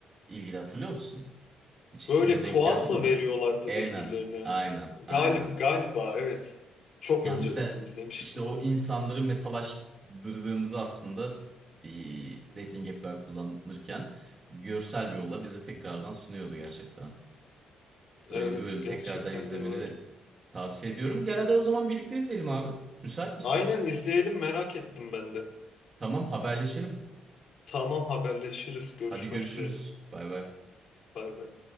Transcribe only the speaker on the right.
ilgili hatırlıyor musun? Hiç
ona denk
geldin
mi?
Aynen,
aynen,
aynen.
Ya
mesela
işte o
insanları metalaştırdığımızı aslında eee, dating app'ler kullanırken görsel bir yolla bize tekrardan sunuyordu gerçekten. Böyle
bir bölüm
tekrardan izlemeni
de tavsiye ediyorum. Gel hadi o zaman birlikte izleyelim abi. Müsait misin?
Tamam haberleşelim.
Hadi görüşürüz.
Bay bay.